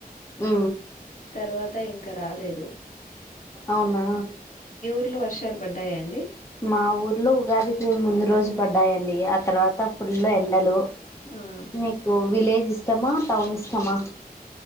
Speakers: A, on the left; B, on the left.
A: ఉ
B: తర్వాత ఇంక రాలేదు
A: అవునా
B: ఫుల్ వర్షాల్ పడ్డాయండి
A: ఆ ఊర్లో ఉగాదికి ముందు రోజు పడ్డాయండి అ తర్వాత ఫుల్లు ఎండలు
B: ఆ
A: మీకు విలేజ్ ఇష్టమా టౌన్ ఇష్టమా